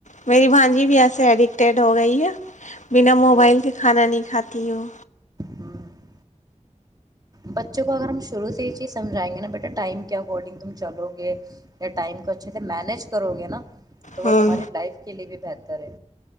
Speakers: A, on the left (about 75°); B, on the right (about 30°).
A: میری بانجی بھی ایسے ایڈکٹیڈ ہو گئی ہے بنا موبائل
B: جی
A: کے کھانا نہیں کھاتی ہو
B: ہوں بچوں کو اگر ہم شرو ی سجھائیں گا ب ٹائم کے اکارڈنگ تم چلو گے یا ٹائم کو اچھے سے مینج کرو گے نا تو
A: ہاں
B: وہ تمہاری لائف کے لیے بھی بہتر طر